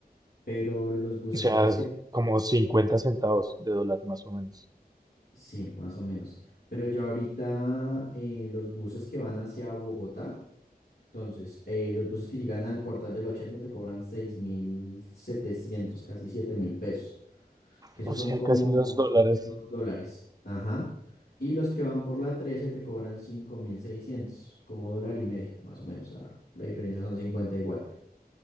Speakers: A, on the left; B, on the right.
A: pero los bucecitos
B: O sea, es
A: que
B: como 50 centavos de dólar más o menos.
A: Sí, más o menos. Pero ya ahorita eh, los buses que van hacia Bogotá, entonces, eh, los buses que llegan al portal del 80 te cobran 6.700, casi 7.000 pesos, que esos
B: O sea,
A: son como
B: casi 2 dólares.
A: 2 dólares. Ajá. Y los que van por la 13 te cobran 5.600, como dólar y medio, más o menos. O sea, la diferencia son 50 igual.